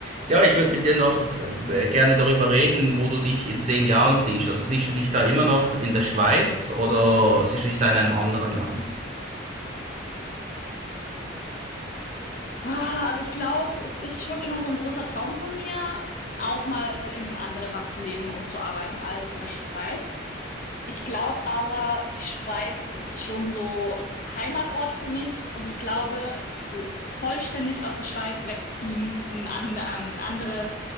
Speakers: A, on the right; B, on the left.
A: Ja, ich würde mit dir noch äh, gerne darüber reden, wo du dich in zehn Jahren siehst. Also siehst du dich da immer noch in der Schweiz oder siehst du dich da in einem anderen Land?
B: Ah, Also ich glaube, es ist schon immer so ein großer Traum von mir, auch mal in einem anderen Land zu leben und zu arbeiten als in der Schweiz. Ich glaube aber, die Schweiz ist schon so Heimatort für mich und ich glaube, so vollständig aus der Schweiz wegziehen, einen, and einen, andere,